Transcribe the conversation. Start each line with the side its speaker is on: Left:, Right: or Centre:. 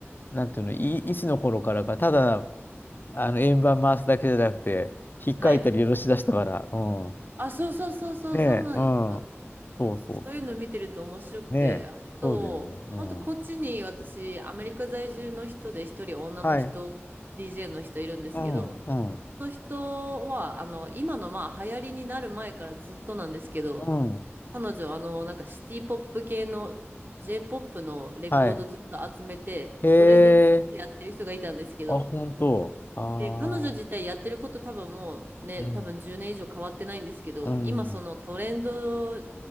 Left: なんていうの、い、いつの頃からか、ただ、あの、円盤回すだけじゃなくて、ひっかいたり下ろし出したから、
Right: はい。
Left: うん。
Right: あ、そうそうそうそう、
Left: ねえ、
Right: そうなんですよ。
Left: うん。そうそうそう。
Right: そういうの見てると面白くて、
Left: ねえ、
Right: あと、
Left: そうだよね。うん。
Right: 本当こっちに私、アメリカ在住の人で一人女の人、
Left: はい。
Right: DJ の人いるんですけど、
Left: うん、うん、
Right: その人は、あの、今のまあ流行りになる前からずっとなんですけど、
Left: うん。
Right: 彼女、あの、なんかシティポップ系の j ポップのレコードずっと集めて、
Left: はい。へえ、
Right: それで DJ やってる人がいたんですけど、
Left: あ、本当。ああ、
Right: で、彼女自体やってること多分もうね、
Left: うん、
Right: 多分10年以上変わってないんですけど、
Left: うん、
Right: 今そのトレンド